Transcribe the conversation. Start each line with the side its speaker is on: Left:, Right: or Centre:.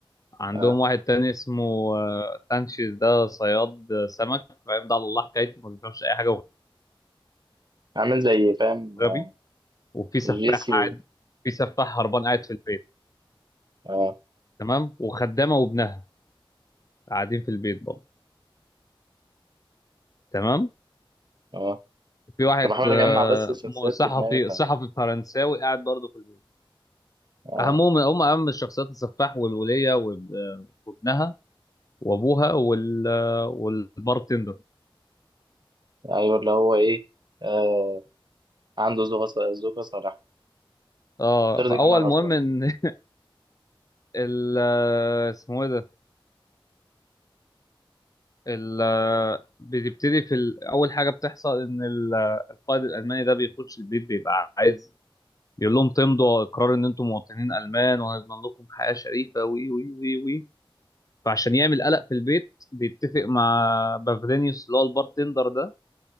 Left: عندهم
Right: اه
Left: واحد تاني اسمه آه، تانشيز ده صياد سمك فاهم ده على الله حكايته ما بيفهمش اي حاجه
Right: عامل زي فاهم
Left: وغبي
Right: آه،
Left: وفي سفاح
Right: جيسي
Left: قاعد
Right: و...
Left: في سفاح هربان قاعد في البيت
Right: اه
Left: تمام وخدامه وابنها قاعدين في البيت برضه تمام
Right: اه
Left: في واحد
Right: انا بحاول
Left: آه،
Right: اجمع بس الشخصيات
Left: م- صحفي
Right: في دماغي ف
Left: صحفي فرنساوي قاعد برضه في البيت
Right: اه
Left: اهمهم هم اهم الشخصيات السفاح والوليه واب- آه، وابنها وابوها وال آه، والبارتندر
Right: ايوه اللي هو ايه آه. عنده ذوق ص- ذوق صلاح
Left: اه
Right: ترضي
Left: فاول
Right: جميع الاطراف
Left: مهم ان <laughs> ال آه، اسمه ايه ده ال بتبتدي في ال- اول حاجه بتحصل ان ال- القائد الالماني ده بيخش البيت بيبقى عايز يقول لهم تمضوا اقرار ان انتم مواطنين المان وهنضمن لكم حياه شريفه وي وي وي وي فعشان يعمل قلق في البيت بيتفق مع بافلينيوس اللي هو البارتندر ده